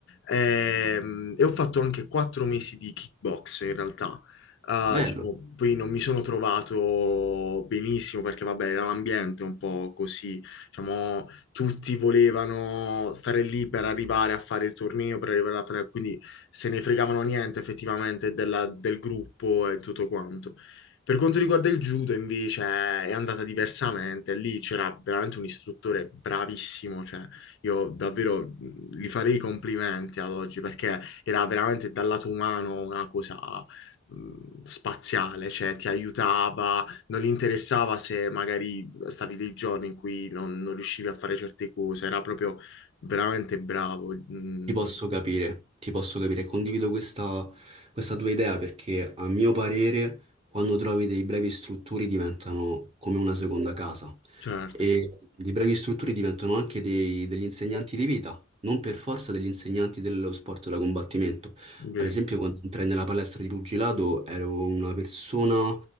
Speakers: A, on the left; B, on the right.
A: Ehm, e ho fatto anche quattro mesi di kickbox in realtà. Ah,
B: Bello,
A: diciamo, poi non mi sono trovato benissimo perché vabbè era un ambiente un po' così, diciamo tutti volevano stare lì per arrivare a fare il torneo, per arrivare a fare... quindi se ne fregavano niente effettivamente della- del gruppo e tutto quanto. Per quanto riguarda il judo, invece, è andata diversamente. Lì c'era veramente un istruttore bravissimo, cioè io davvero mh, gli farei i complimenti ad oggi perché era veramente dal lato umano una cosa mh, spaziale, cioè ti aiutava, non gli interessava se magari stavi dei giorni in cui non, non riuscivi a fare certe cose, era proprio veramente bravo. mh,
B: Ti posso capire, ti posso capire, condivido questa, questa tua idea perché a mio parere quando trovi dei brevi istruttori diventano come una seconda casa
A: certo.
B: e i brevi istruttori diventano anche dei- degli insegnanti di vita, non per forza degli insegnanti dello sport da combattimento.
A: Vero.
B: Ad esempio quando entrai nella palestra di pugilato ero una persona